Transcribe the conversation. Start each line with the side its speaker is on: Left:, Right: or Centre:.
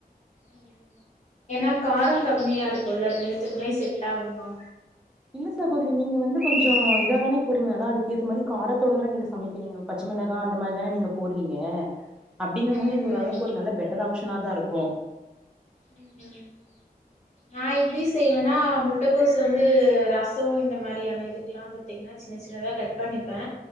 Left: ம் ம் ஏனா கார கம்மியா இருக்குல்ல ரெண்டுத்துக்குமே செட் ஆகுமா
Centre: இல்ல சாகோதரி நீங்க வந்து கொஞ்ச இதாதானே பொரிங்க நல்லா அதுக்கு ஏத்த மாரி காரத்தோடு தா நீங்க சமைக்கிறீங்க அ பச்ச மிளகா அந்த மாரிதானே நீங்க போடுவீங்க அப்டிங்க போது
Left: ம்ஹும்
Centre: இது ஓரளவுக்கு ஒரு நல்ல பெட்டர் ஆப்ஷனா தா இருக்கு
Left: ம் ஹும் நா எப்டி செய்வேன்னா முட்டைக்கோசு வந்து ரசோ இந்த மாரியான இதுக்கெல்லா நா பாத்தீங்கன்னா சின்ன சின்னதா கட் பண்ணிப்பே